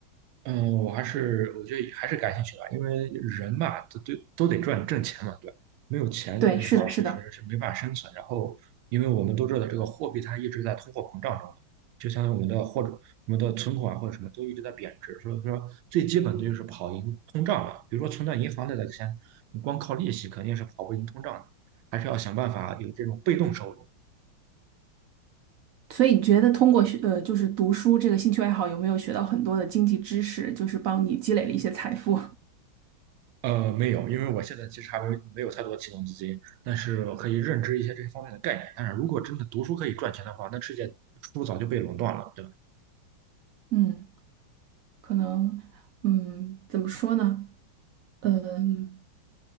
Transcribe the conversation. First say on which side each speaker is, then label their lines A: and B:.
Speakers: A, on the right; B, on the right.
A: 嗯，我还是我觉得还是感兴趣的，因为人嘛，都都都得赚挣钱嘛，对吧？没有钱的话，
B: 对，是的，
A: 确实是没办法生存。
B: 是的。
A: 然后，因为我们都知道这个货币它一直在通货膨胀中嘛，就像我们的或者我们的存款或者什么都一直在贬值，所以说最基本的就是跑赢通胀了。比如说存到银行里的钱，你光靠利息肯定是跑不赢通胀的，还是要想办法有这种被动收入。
B: 所以你觉得通过学呃就是读书这个兴趣爱好，有没有学到很多的经济知识，就是帮你积累了一些财富？<laughs>
A: 呃，没有，因为我现在其实还没没有太多启动资金，但是我可以认知一些这方面的概念。但是如果真的读书可以赚钱的话，那世界书早就被垄断了，对吧？
B: 嗯，可能，嗯，怎么说呢？嗯。